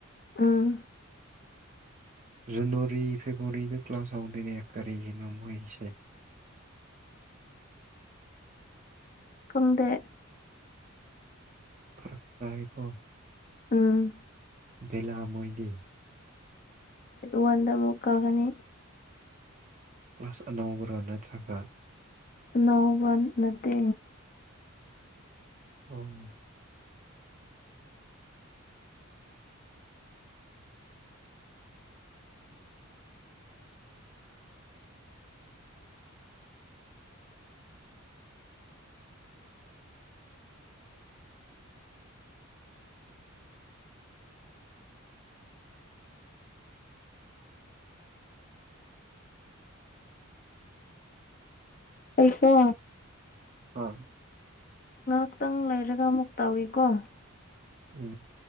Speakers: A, on the left; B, on the right.
A: ꯎꯝ
B: ꯖꯅꯋꯥꯔꯤ ꯐꯦꯕꯋꯥꯔꯤꯗ ꯀ꯭ꯂꯥꯁ ꯍꯧꯗꯣꯏꯔꯦ ꯀꯔꯤꯒꯤꯅꯣ ꯃꯣꯏꯁꯦ <inaudible>
A: ꯐꯪꯗꯦ
B: ꯐꯔꯛ ꯇꯀꯣ
A: ꯎꯝ
B: ꯕꯂꯥ ꯃꯣꯏꯗꯤꯦ
A: ꯋꯥꯗꯕꯨ ꯀꯒꯅꯤ
B: ꯀ꯭ꯂꯥꯁ ꯑꯅꯧꯕꯔ ꯅꯠꯇ꯭ꯔꯒ
A: ꯅ ꯋꯥꯟ ꯅꯠꯇ
B: ꯎ
A: ꯑꯩꯀꯣ
B: ꯑꯥ
A: ꯉꯥꯏꯍꯥꯛꯇꯪ ꯂꯩꯔꯒ ꯑꯃꯨꯛ ꯇꯧꯏꯀꯣ
B: ꯎꯝ